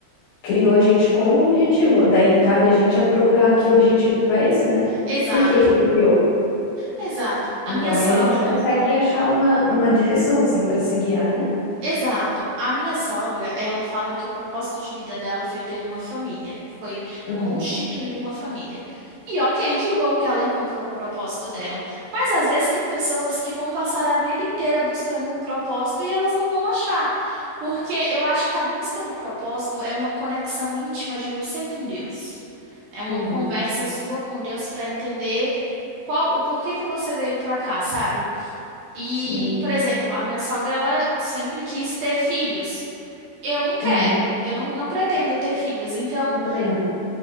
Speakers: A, on the left; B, on the right.
A: criou a gente com um objetivo. Daí cabe a gente a procurar que objetivo é esse, né?
B: exato,
A: Por que que ele criou?
B: exato. A
A: Então
B: minha sogra.
A: aí a gente consegue achar uma, uma direção assim para se guiar, né?
B: Exato. A minha sogra, ela fala que o propósito de vida dela foi ter uma família, foi
A: Uhum,
B: constituir uma família. E ok, que bom que ela encontrou o propósito dela. Mas às vezes tem pessoas que vão passar a vida inteira buscando um propósito e elas não vão achar. Porque eu acho que a busca do propósito é uma conexão íntima de você com Deus. É uma
A: uhum,
B: conversa sua com Deus para entender qual o porquê que você veio para cá, sabe? E,
A: sim.
B: por exemplo, a minha sogra, ela sempre quis ter filhos. Eu não quero,
A: Uhum.
B: eu não, não pretendo ter filhos. Então,
A: Eu também não.